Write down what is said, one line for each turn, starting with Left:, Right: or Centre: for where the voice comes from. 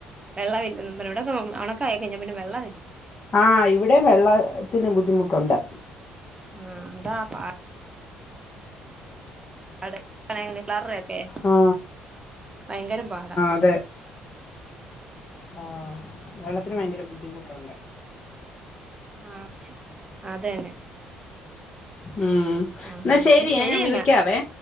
Right: വെള്ളമില്ലെന്നും വിടെക്കെ ഓണക്ക കയിഞ്ഞാ പിന്നെവെള്ളം
Left: ആഹ് ഇവിടെ വെള്ളത്തിന് ബുദ്ധിമുട്ടുണ്ട്
Right: ആ അതാ പാ പാഡ് കളയാൻ പിള്ളാർടെയൊക്ക ഒക്കെ
Left: ആ
Right: ഭയങ്കര പാടാ
Left: അതെ ആ വെള്ളത്തിന് ഭയങ്കര ബുദ്ധിമുട്ടുണ്ട്
Right: ആ അതന്നെ
Left: ഉം
Right: ആഹ്
Left: എന്നാൽ
Right: എന്നാ
Left: ശരിയെ
Right: ശരി
Left: ഞാൻ വിളിക്കാവേ
Right: എന്നാ